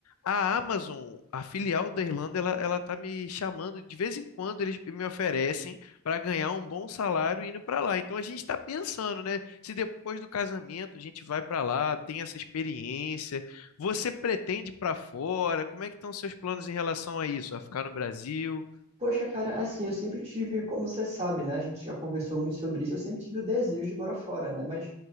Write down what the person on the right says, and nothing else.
Poxa, cara, assim, eu sempre tive, como você sabe, né? A gente já conversou muito sobre isso, eu sempre tive o desejo de morar fora, né? Mas